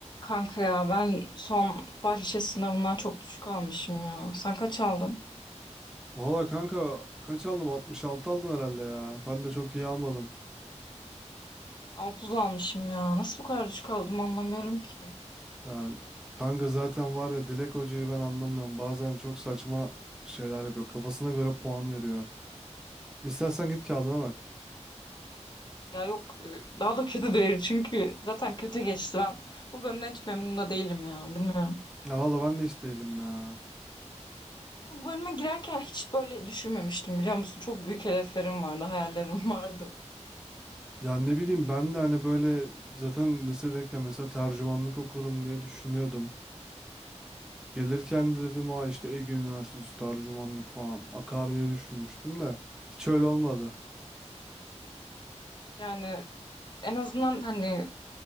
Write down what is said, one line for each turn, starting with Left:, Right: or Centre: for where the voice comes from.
Left: Kanka ya ben son fahişe sınavından çok düşük almışım ya. Sen kaç aldın?
Centre: Valla kanka kaç aldım? 66 aldım herhalde ya. Ben de çok iyi almadım.
Left: 30 almışım ya. Nasıl bu kadar düşük aldım anlamıyorum ki.
Centre: Ya kanka zaten var ya Dilek Hoca'yı ben anlamıyorum. Bazen çok saçma şeyler yapıyor. Kafasına göre puan veriyor. İstersen git kağıdına bak.
Left: Ya yok e, daha da kötü değil <laughs> çünkü zaten kötü geçti ben. Bu bölümden hiç memnun da değilim ya bilmiyorum.
Centre: Ya valla ben de hiç değilim ya.
Left: Bu bölüme girerken hiç böyle düşünmemiştim biliyor musun? Çok büyük hedeflerim vardı, hayallerim <laughs> vardı.
Centre: Ya ne bileyim ben de hani böyle zaten lisedeyken mesela tercümanlık okurum diye düşünüyordum. Gelirken de dedim aa işte Ege Üniversitesi tercümanlık falan akar diye düşünmüştüm de hiç öyle olmadı.
Left: Yani en azından hani